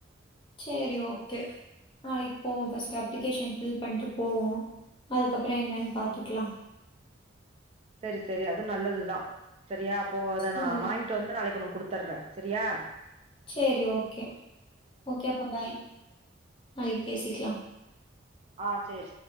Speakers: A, on the left (about 25°); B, on the right (about 30°).
A: சேரி ஓகே நாளைக்கு போவோ ஃபஸ்ட்டு அப்ளிகேஷன் ஃபில் பண்ட்டு போவோ அதுக்கப்புற என்னன்னு பாத்துக்கலா
B: சரி சரி அது நல்லதுதா சரியா இப்போ அத
A: சரி.
B: நா வாங்கிட்டு வந்து நாளைக்கு உனக்கு குடுத்தர்றே சரியா
A: சரி ஓகே ஓகே அப்ப பாய் நாளைக்கு பேசிக்கலா
B: ஆ சேரி